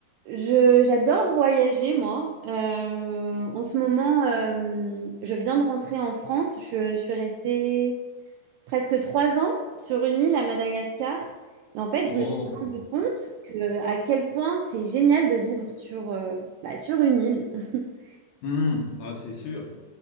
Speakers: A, on the right; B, on the left.
A: Je, j'adore voyager, moi. Euh, en ce moment, euh, je viens de rentrer en France. Je, suis restée presque trois ans sur une île à Madagascar. Et en fait, je
B: Oh,
A: me suis rendu compte que, à quel point c'est génial de vivre sur, euh, bah, sur une île. <laughs>
B: hmm, ah, c'est sûr.